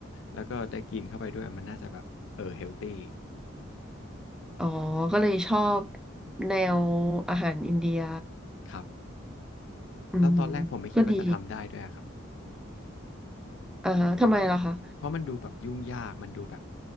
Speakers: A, on the left; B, in the centre.
A: แล้วก็ได้กินเข้าไปด้วยมันน่าจะแบบเออเฮลตี
B: อ๋อก็เลยชอบแนวอาหารอินเดีย
A: ครับ
B: อืม
A: แล้วตอนแรกผมไม่คิดว่าจะทำได้ด้วยอะครับ
B: ก็ดีอ่าฮะทำไมล่ะคะ
A: เพราะมันดูแบบยุ่งยากมันดูแบบ